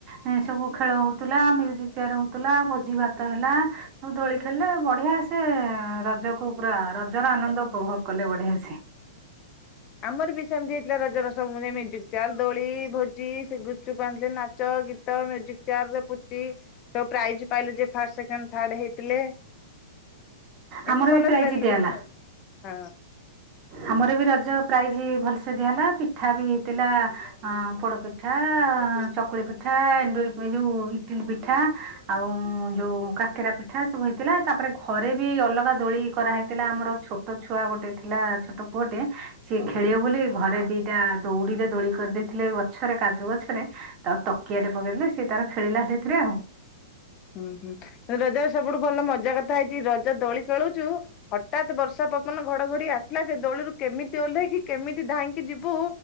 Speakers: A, on the right; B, on the left.
A: ଏ ସବୁ ଖେଳ ହଉଥିଲା ମ୍ୟୁଜିକ ଚେୟାର ହଉଥିଲା ଭୋଜି ଭାତ ହେଲା। ସବୁ ଦୋଳି ଖେଳିଲେ ବଢିଆ ସେ ରଜକୁ ପୁରା ରଜର ଆନନ୍ଦ ଉପଭୋଗ କଲେ ବଢିଆ ସେ।
B: ଆମର ବି ସେମିତି ହେଇଥିଲା ରଜ ର ସବୁ ମାନେ ମିୟୁଜିକ ଚେୟାର, ଦୋଳି, ଭୋଜି, ସେ ଗୁପଚୁପ୍ ଆଣିଥିଲେ ନା ନାଚ, ଗୀତ, ମ୍ୟୁଜିକ ଚେୟାର ରେ, ପୁଚି ସବୁ ପ୍ରାଇଜ୍ ପାଇଲେ ଯେ ଫାଷ୍ଟ ସେକେଣ୍ଡ ଥାର୍ଡ ହେଇଥିଲେ। ଏମିତି
A: ଆମର
B: ଭଲ
A: ବି ପ୍ରାଇଜ
B: ସେ ସେଲିଭିସନ
A: ଦିଆହେଲା
B: ହେଇଛି। ହଁ।
A: ଆମର ବି ରଜ ପ୍ରାଇଜ ଭଲସେ ଦିଆ ହେଲା ପିଠା ବି ହେଇଥିଲା ଅ ପୋଡପି ହଁ
B: ହଁ।
A: ଚକୁଳି ପିଠା, ଏଣ୍ଡୁରି ଏ ଯୋଉ ଇଟିଲି ପିଠା ଆଉ ଯୋଉ କାକେରା ପିଠା ସବୁ ହେଇଥିଲା। ତାପରେ ଘରେ ବି ଅଲଗା ଦୋଳି କରାହେଇ ଥିଲା ଆମର ଛୋଟ ଛୁଆ ଗୋଟେ ଥିଲା ଛୋଟ ପୁଅଟେ ସିଏ ଖେଳିବ ବୋଲି ଘରେ ଦିଟା ଦଉଡିରେ ଦୋଳି କରିଦେଇଥିଲେ ଗଛରେ କାଜୁ ଗଛରେ। ତାର ତକିଆ ଟେ ପକେଇଦେଲେ ସିଏ ତାର ଖେଳିଲା ସେଇଥିରେ ଆଉ।
B: ହୁଁ ହୁଁ ରଜର ସବୁଠୁ ଭଲ ମଜା କଥା ହେଇଛି ରଜ ଦୋଳି ଖେଳୁଛୁ ହଠାତ୍ ବର୍ଷା ପବନ ଘଡଘଡି ଆସିଲା ଯେ ଦୋଳିରୁ କେମିତି ଓହ୍ଲେ କି କେମିତି ଧାଇଁକି ଯିବୁ